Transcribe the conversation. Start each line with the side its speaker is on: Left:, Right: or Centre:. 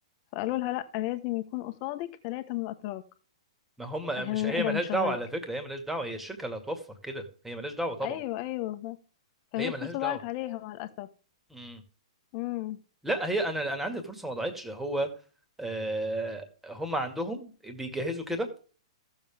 Left: فقالوا لها لا لازم يكون قصادك ثلاثه من الاتراك
Centre: ما هم
Left: عشان
Centre: مش هي
Left: نقدر
Centre: ملهاش
Left: نشغلك
Centre: دعوه على فكره هي ملهاش دعوه هي الشركه اللي هتوفر كده هي ملهاش دعوه طبعا
Left: ايوه ايوه ف- فهي
Centre: هي
Left: الفرصه
Centre: ملهاش دعوه
Left: ضاعت عليها مع الاسف
Centre: مم.
Left: امم
Centre: لا هي انا انا عندي الفرصه ما ضاعتش هو آه هم عندهم بيجهزوا كده